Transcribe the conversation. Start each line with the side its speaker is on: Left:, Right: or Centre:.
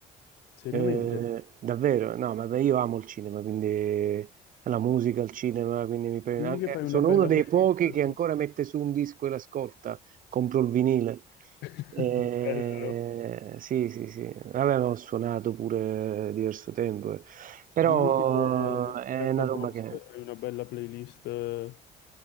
Left: Seriamente?
Right: Eh, davvero, no, ma beh, io amo il cinema, quindi la musica, il cinema, quindi mi prende...
Left: Dimmi
Right: an-
Left: che
Right: eh,
Left: fai una
Right: sono
Left: bella
Right: uno dei
Left: playlist
Right: pochi che
Left: su...
Right: ancora mette su un disco e l'ascolta, compro il vinile.
Left: <laughs>
Right: Eh,
Left: Bello.
Right: sì, sì, sì, vabbè, ma ho suonato pure diverso tempo, eh. però
Left: Dimmi che su
Right: eh, è
Left: Letterboxd
Right: una roba che...
Left: hai una bella playlist eh,